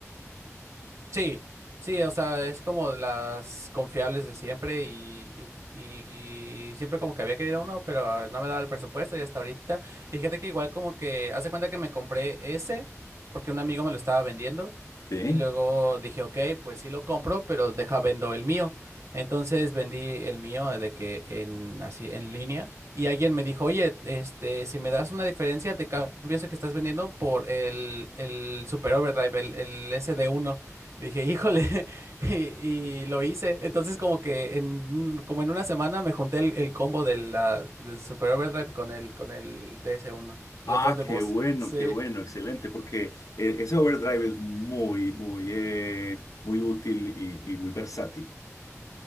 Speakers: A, on the right (about 65°); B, on the left (about 85°).
A: Sí, sí, o sea, es como de las confiables de siempre y, y- y- y siempre como que había querido uno, pero no me daba el presupuesto y hasta ahorita. Y fíjate que igual como que, hace cuenta que me compré ese porque un amigo me lo estaba vendiendo
B: ¿Sí?
A: y luego dije, ok, pues sí lo compro, pero deja vendo el mío. Entonces vendí el mío de que en así en línea y alguien me dijo, oye, este, si me das una diferencia, te cambio ese que estás vendiendo por el, el Super Overdrive, el, el sd uno. Y dije, híjole, <laughs> y, y lo hice. Entonces como que en, como en una semana me junté el, el combo de la, del Super Overdrive con el, con el DS1,
B: Ah,
A: los dos de voz.
B: qué bueno,
A: Sí,
B: qué bueno, excelente, porque eh, ese overdrive es muy, muy, eh, muy útil y, y muy versátil